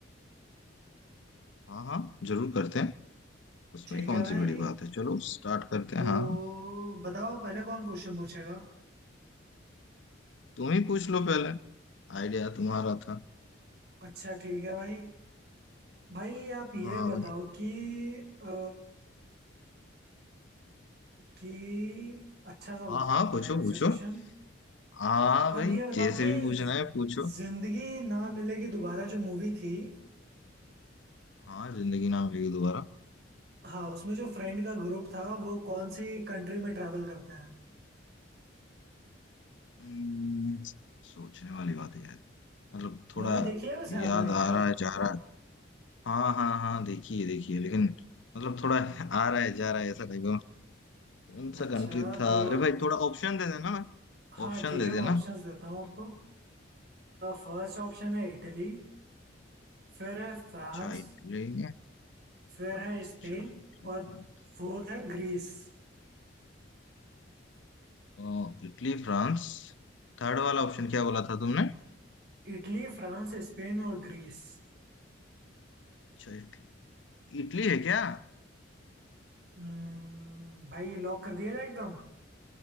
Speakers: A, on the left (about 70°); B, on the right (about 55°).
A: हाँ हाँ जरूर करते हैं उसमें
B: ठीक
A: कौन
B: है भाई
A: सी बड़ी बात है चलो स्टार्ट करते
B: तो
A: हैं हाँ
B: बताओ पहले कौन क्वेश्चन पूछेगा
A: तुम ही पूछ लो पहले आइडिया तुम्हारा था
B: अच्छा ठीक है भाई भाई आप ये
A: हाँ
B: बताओ
A: भाई
B: कि अ, कि अच्छा सा पूछता
A: हाँ हाँ
B: हूँ
A: पूछो
B: भाई आपसे
A: पूछो
B: क्वेश्चन
A: हाँ भाई
B: आप ये बताओ
A: जैसे
B: कि
A: भी पूछना है पूछो
B: जिंदगी ना मिलेगी दोबारा जो मूवी थी
A: हाँ जिंदगी ना मिलेगी दोबारा
B: हाँ उसमें जो फ्रेंड का ग्रुप था वो कौन सी कंट्री में ट्रैवल करते हैं
A: हम्म, सोचने वाली बात है यार मतलब थोड़ा
B: मूवी देखी है वैसे आपने
A: याद आ
B: क्या
A: रहा है जा रहा है हाँ हाँ हाँ देखिए देखिए लेकिन मतलब थोड़ा <laughs> आ रहा है जा रहा है ऐसा टाइप कौन सा
B: अच्छा
A: कंट्री था
B: तो
A: अरे भाई थोड़ा ऑप्शन दे देना मैं
B: हाँ
A: ऑप्शन
B: ठीक
A: दे
B: है मैं
A: देना
B: ऑप्शंस देता हूँ आपको फर्स्ट ऑप्शन है इटली फिर है फ्रांस
A: अच्छा इटली है,
B: फिर
A: फ्रांस
B: है स्पेन
A: अच्छा Italy
B: और
A: France
B: फोर्थ है ग्रीस
A: अ, Italy France Third वाला ऑप्शन क्या बोला था तुमने
B: इटली फ्रांस स्पेन और ग्रीस
A: अच्छा इटली इटली है क्या
B: हम्म, भाई लॉक कर दिया जाए एकदम